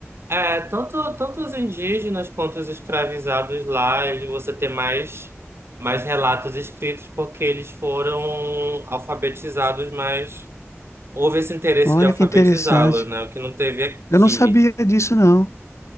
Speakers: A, on the right; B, on the left.
A: É, tanto, tanto os indígenas quanto os escravizados lá, ele, você tem mais, mais relatos escritos porque eles foram alfabetizados, mas houve esse interesse
B: Olha
A: de alfabetizá-los,
B: que interessante.
A: né? O que não teve aqui.
B: Eu não sabia disso, não.